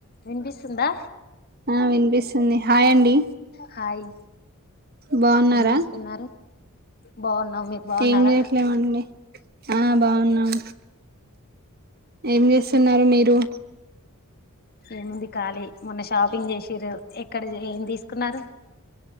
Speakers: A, on the left; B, on the right.
A: వినిపిస్తుందా
B: ఆ వినిపిస్తుంది హాయ్ అండి
A: హాయ్
B: బాగున్నారా
A: ఏం చేస్తున్నారు బాగున్నాం మీరు బాగున్నారా
B: ఏం చేయట్లేదండి ఆ బాగున్నాం ఏం చేస్తున్నారు మీరు
A: ఏముంది ఖాలీ మొన్న షాపింగ్ చేసిర్రు ఎక్కడ ఏం తీసుకున్నారు